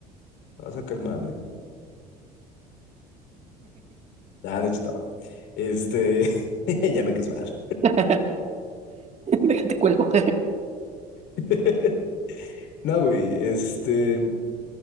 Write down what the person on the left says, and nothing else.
Me vas a caer mal, ¿eh? Nada, no he chutado. Este, <laughs> ya me caes mal.
<laughs> No, güey, este,